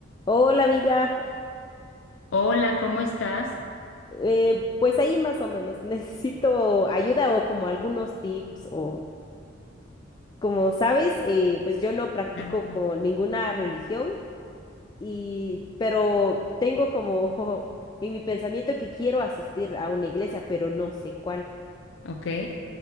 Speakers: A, on the left; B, on the left.
A: Hola amiga,
B: Hola, ¿cómo estás?
A: Eh, pues ahí más o menos <laughs> necesito ayuda o como algunos tips o como sabes, eh, pues yo no practico
B: Claro, claro.
A: como ninguna religión y pero tengo como <laughs> en mi pensamiento que quiero asistir a una iglesia, pero no sé cuál.
B: Ok.